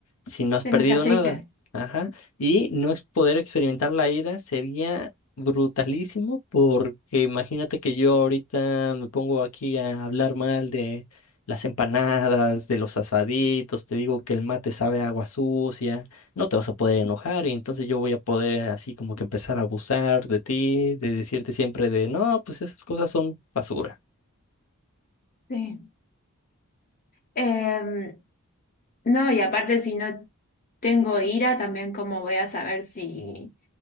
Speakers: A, on the left; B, on the left.
A: si no has
B: Pero
A: perdido
B: no estás triste.
A: nada? Ajá. Y no es poder experimentar la ira sería brutalísimo porque imagínate que yo ahorita me pongo aquí a hablar mal de las empanadas, de los asaditos, te digo que el mate sabe a agua sucia, no te vas a poder enojar y entonces yo voy a poder así como que empezar a abusar de ti, de decirte siempre de, no, pues esas cosas son basura.
B: Sí. Em, no, y aparte si no tengo ira, también cómo voy a saber si...